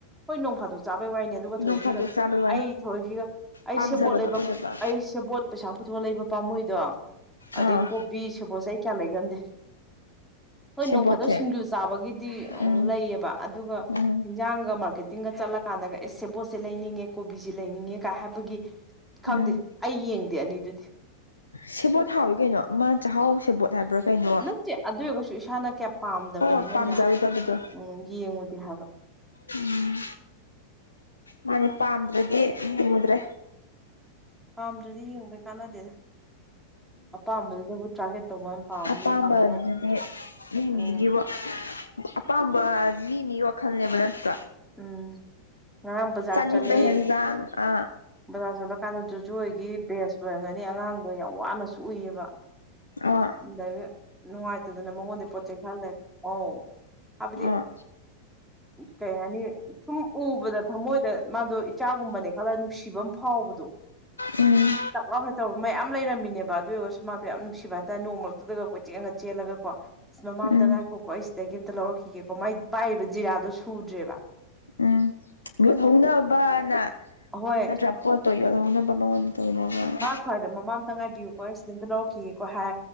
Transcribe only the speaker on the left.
ꯅꯣꯡ ꯐꯥꯗꯣꯛ ꯆꯥꯕꯩ ꯋꯥꯅꯤ
ꯄꯥꯝꯖꯕꯗꯣ
ꯑꯣꯏꯗꯕ
ꯑꯥ
ꯁꯦꯕꯣꯠꯁꯦ
ꯎꯝ
ꯎꯝ
ꯎꯝ
ꯁꯦꯕꯣꯠ ꯍꯥꯎꯋꯤ ꯀꯩꯅꯣ ꯃꯥ ꯆꯥꯛꯍꯥꯎ ꯁꯦꯕꯣꯠ ꯇꯥꯕ꯭ꯔꯣ ꯀꯩꯅꯣ
ꯍꯣꯏ ꯄꯥꯝꯖꯔꯨꯗꯕꯗꯣ
ꯎꯝ ꯃꯥꯅꯦ ꯄꯥꯝꯗ꯭ꯔꯗꯤ ꯌꯦꯡꯉꯨꯗ꯭ꯔꯦ
ꯑꯄꯥꯝꯕ
ꯑꯗꯨꯗꯤ ꯃꯤ
ꯃꯤꯒꯤ ꯋꯥ ꯑꯄꯥꯝꯕ ꯃꯤꯅꯤ ꯋꯥꯈꯜꯅꯦꯕ ꯅꯠꯇ꯭ꯔ
ꯆꯅꯤꯡꯕ
ꯍꯦꯟꯗꯥꯥꯡ ꯑ
ꯑꯥ
ꯑ
ꯎꯝ
ꯎꯝ
ꯎꯝ ꯌꯣꯜꯍꯧꯅꯕꯅ
ꯅꯠꯇ꯭ꯔꯥ ꯄꯣꯠꯇꯣ ꯌꯣꯜꯍꯧꯅꯕ ꯃꯉꯣꯟꯗ ꯇꯧꯅꯕꯅ